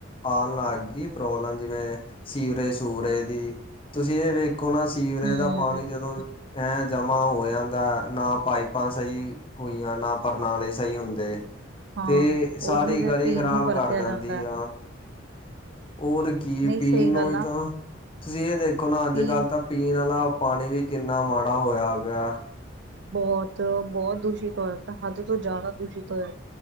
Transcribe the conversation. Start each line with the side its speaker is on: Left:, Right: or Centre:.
Left: ਆਣ ਲੱਗ ਗਈ ਪ੍ਰੋਬਲਮ, ਜਿਵੇਂ ਸੀਵਰੇਜ- ਸੁਵਰੇਜ ਦੀ, ਤੁਸੀਂ ਏ ਵੇਖ ਵੇਖੋ ਨਾ, ਸੀਵਰੇਜ
Right: ਹਮ
Left: ਦਾ ਪਾਣੀ ਜਦੋਂ ਐਂ ਜਮਾ ਹੋ ਜਾਂਦਾ, ਨਾ ਪਾਈਪਾਂ ਸਈ ਹੋਈਆਂ ਨਾ, ਪਰਨਾਲੇ ਸਹੀ ਹੁੰਦੇ
Right: ਹਾਂ
Left: ਤੇ, ਸਾਰੀ
Right: ਉਹੀ ਤੇ
Left: ਗਲੀ
Right: ਪੀਣ
Left: ਖ਼ਰਾਬ
Right: ਨੂੰ ਵਰਤਿਆ
Left: ਕਰ ਜਾਂਦੀ
Right: ਜਾਂਦਾ ਹੈ।
Left: ਆ। ਔਰ ਕੀ
Right: ਨਹੀਂ
Left: ਪੀਣ
Right: ਸਹੀ
Left: ਨੂੰ
Right: ਗੱਲ ਆ
Left: ਤਾਂ, ਤੁਸੀਂ ਇਹ ਦੇਖੋ ਨਾ, ਅੱਜ-
Right: ਵੀ
Left: ਕੱਲ੍ਹ ਤਾਂ ਪੀਣ ਆਲਾ ਪਾਣੀ ਵੀ, ਕਿੰਨਾ ਮਾੜਾ ਹੋਏਆ ਪੇਆ।
Right: ਬੋਹਤ -ਬੋਹਤ ਦੂਸ਼ਿਤ ਹੋਇਆ ਪੇਆ। ਹੱਦ ਤੋਂ ਜਾਦਾ ਦੂਸ਼ਿਤ ਹੋਏਆ।